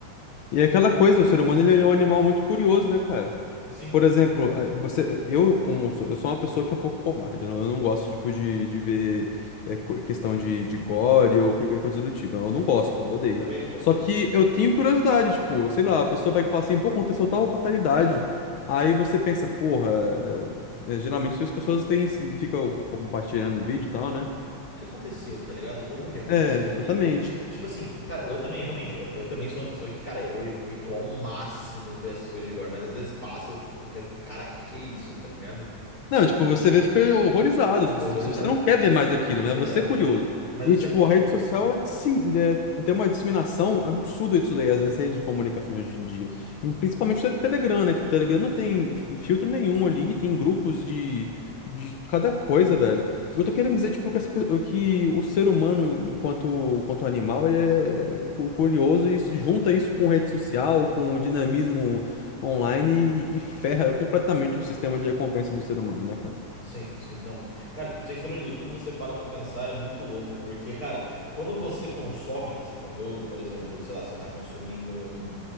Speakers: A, on the left (about 80°); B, on the left (about 30°).
A: E é aquela coisa, o ser humano ele é um animal muito curioso, né, cara?
B: Sim,
A: Por exemplo, eh, você, eu como sou- eu sou uma pessoa que é um pouco covarde, eu não, eu não gosto tipo de, de ver eh, co- questão de, de gore ou qualquer coisa do tipo. Eu
B: sim,
A: não gosto,
B: sim.
A: eu odeio.
B: Eu também não gosto
A: Só que
B: mais.
A: eu tenho curiosidade, tipo, sei lá, a pessoa pega e fala assim, pô, aconteceu tal fatalidade. Aí você pensa, porra, eh, eh, geralmente as pessoas têm, ficam compartilhando vídeo
B: Tipo,
A: e tal, né?
B: hã? O que aconteceu, tá ligado? Como que aconteceu?
A: É,
B: O
A: exatamente.
B: que que foi? Tipo assim, cara, eu também, realmente, eu, eu também sou uma pessoa que, cara, eu evito ao máximo ver essas coisas de gore, mas às vezes passa, eu fico, eu fico, cara, que que é isso, tá ligado?
A: Não, tipo, você vê, fica horrorizado. tipo,
B: Horrorizado.
A: Se você não quer ver mais daquilo, mas
B: Exatamente.
A: você é curioso.
B: Mas
A: E,
B: você
A: tipo,
B: é curioso.
A: a rede social, ela dissemi- é, tem uma disseminação absurda disso daí, as, as redes de comunicação hoje em dia.
B: Sim.
A: E Principalmente o Telegram, né? Que o Telegram não tem f- filtro nenhum ali, tem grupos de, de cada coisa, velho.
B: Sim.
A: Eu tô querendo dizer, tipo, que, as pe- que o ser humano, enquanto, enquanto animal, ele é cu- curioso e isso- junta isso com rede social, com o dinamismo online e, e ferra completamente o sistema de recompensa do ser humano, né, cara?
B: Sim, sim, não. Cara, tipo, sem sombra de dúvidas, quando você para pra pensar é muito louco, porque, cara, quando você consome esse conteúdo, por exemplo, sei lá, você tá consumindo um,